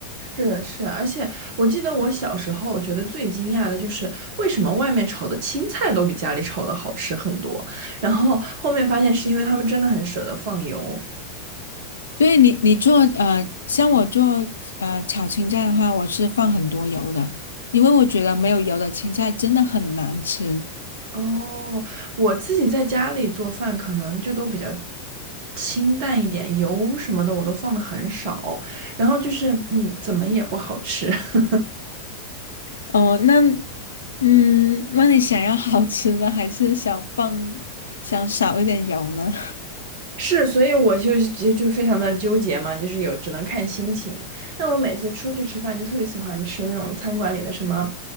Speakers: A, on the right; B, on the left.
A: 是的，是的而且我记得我小时候觉得最惊讶的就是为什么外面炒的青菜都比家里炒的好吃很多，然后后面发现是因为他们真的很舍得放油。
B: 对你，你做呃，像我做呃炒青菜的话，我是放很多油的，因为我觉得没有油的青菜真的很难吃。
A: 哦，我自己在家里做饭可能就都比较清淡一点，油什么的我都放的很少，然后就是嗯，怎么也不好吃。<laughs>
B: 哦，那嗯，那你想要好吃的，还是想放想少一点油呢？
A: 是，所以我就就就非常的纠结嘛，就是有只能看心情。那我每次出去吃饭，就特别喜欢吃那种餐馆里的什么，